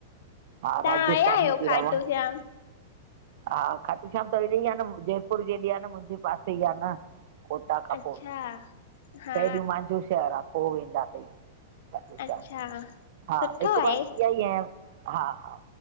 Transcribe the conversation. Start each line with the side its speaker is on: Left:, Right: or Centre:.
Right: हा
Left: तां
Right: राजस्थान
Left: वया आहियो
Right: में थी
Left: खाटूशाम?
Right: रहां हा खाटूशाम त हेॾे ही आहे न जयपुर जे हेॾे आहे न मुंहिंजे पासे ई आहे न। कोटा खां
Left: अच्छा
Right: पो,
Left: हा
Right: पहिरियो मांजो शहरु आ पो वेंदा थई। खाटूशाम
Left: अच्छा
Right: हा
Left: सुठो
Right: हिकु
Left: आहे
Right: बार थी आई आहियां। हा-हा,